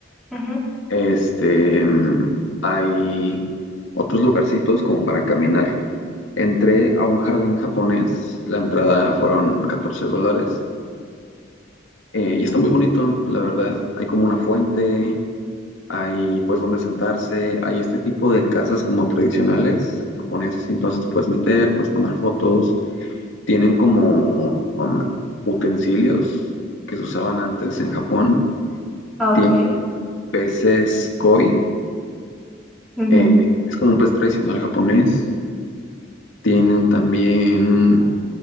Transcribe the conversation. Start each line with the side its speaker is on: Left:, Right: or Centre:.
Centre: Ujú.
Left: Este, mm, hay otros lugarcitos como para caminar. Entré a un jardín japonés, la entrada fueron 14 dólares eh, y está muy bonito, la verdad. Hay como una fuente, hay pues donde sentarse, hay este tipo de casas como tradicionales japonesas, entonces te puedes meter, puedes tomar fotos. Tienen como um, utensilios que se usaban antes en Japón.
Centre: Ok.
Left: Tienen peces koi,
Centre: Ujú.
Left: Eh, es como un puesto tradicional japonés. Tienen también